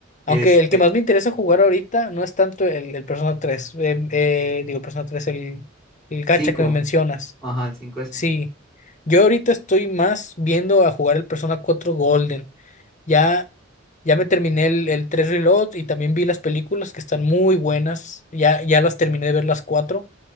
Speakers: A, on the left; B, in the centre.
A: Aunque
B: Este,
A: el que más me interesa jugar ahorita no es tanto el, el Persona tres em, eh, digo Persona tres el el gacha
B: cinco
A: que me mencionas.
B: ajá, el cinco s
A: Sí. Yo ahorita estoy más viendo a jugar el Persona cuatro Golden. Ya, ya me terminé el, el tres Reload y también vi las películas que están muy buenas. Ya, ya las terminé de ver las cuatro